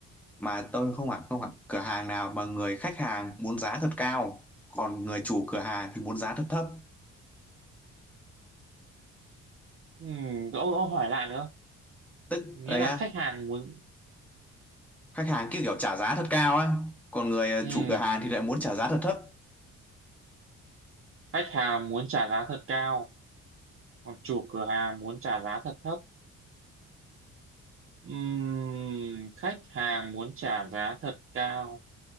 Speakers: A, in the centre; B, on the right.
A: mà tôi không hẳn không hẳn cửa hàng nào mà người khách hàng muốn giá thật cao, còn người chủ cửa hàng thì muốn giá thật thấp.
B: Ừm, ông, ông hỏi lại nữa
A: Tức
B: nghĩa
A: đây
B: là
A: á
B: khách hàng muốn
A: khách hàng cứ kiểu trả giá thật cao á còn người ờ,
B: Ừ,
A: chủ cửa hàng thì lại muốn trả giá thật thấp
B: khách hàng muốn trả giá thật cao, còn chủ cửa hàng muốn trả giá thật thấp. Ừm, khách hàng muốn trả giá thật cao,